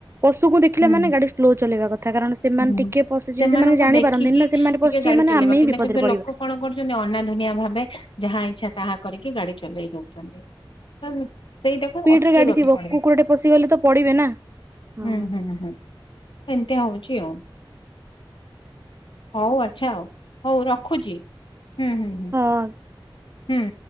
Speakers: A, on the right; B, on the left.
A: ପଶୁକୁ ଦେଖିଲାମାନେ
B: ହୁଁ
A: ଗାଡି ସ୍ଲୋ ଚଲେଇବା କଥା କାରଣ ସେମାନେ
B: ହୁଁ
A: ଟିକେ ପଶିଯିବେ
B: ସେମାନଙ୍କୁ
A: ସେମାନେ ଜାଣିପାରନ୍ତିନି
B: ଦେଖିକି
A: ନା, ସେମାନେ
B: ଟିକେ
A: ପଶିଯିବେ
B: ଗାଡି
A: ମାନେ
B: ଚଲେଇବା
A: ଆମେ
B: କିନ୍ତୁ
A: ହିଁ ବିପଦରେ
B: କିନ୍ତୁ
A: ପଡିବା।
B: ଲୋକ କଣ ଅନାଧୁନିଆ ଭାବେ ଯାହା ଇଚ୍ଛା ତାହା କରିକି ଗାଡି ଚଲେଇ ଦଉଚନ୍ତି। ସେଇଟାକୁ
A: ସ୍ପିଡରେ
B: ଅଟକେଇବାକୁ
A: ଗାଡି ଥିବ
B: ପଡେ।
A: କୁକୁରଟେ ପଶିଗଲେ ତ ପଡିବେ ନା ହଁ
B: ହୁଁ-ହୁଁ-ହୁଁ ସେମିତିଆ ହଉଚି ଆଉ। ହଉ ଆଚ୍ଛା ଆଉ ହଉ ରଖୁଛି ହୁଁ-ହୁଁ-ହୁଁ-ହୁଁ।
A: ହଁ